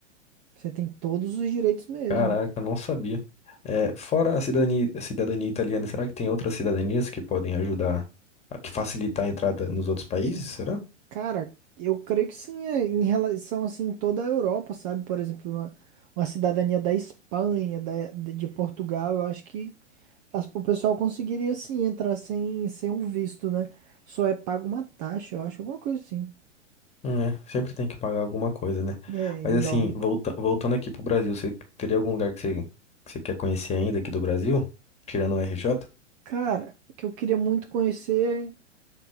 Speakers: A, on the right; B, on the left.
A: Você tem todos os direitos mesmo.
B: Caraca, não sabia. É, fora a cidadania, a cidadania italiana, será que tem outras cidadanias que podem ajudar, a- que facilitar a entrada nos outros países? Será?
A: Cara, eu creio que sim, é, em relação assim, em toda a Europa, sabe? Por exemplo, uma, uma cidadania da Espanha, da, de de Portugal, eu acho que. As- O pessoal conseguiria sim entrar sem, sem um visto, né? Só é pago uma taxa, eu acho, alguma coisa assim.
B: Né? Sempre tem que pagar alguma coisa, né?
A: É, em
B: Mas assim,
A: dólar.
B: volta, voltando aqui pro Brasil, você teria algum lugar que você, que você quer conhecer ainda aqui do Brasil? Tirando o RJ?
A: Cara, o que eu queria muito conhecer,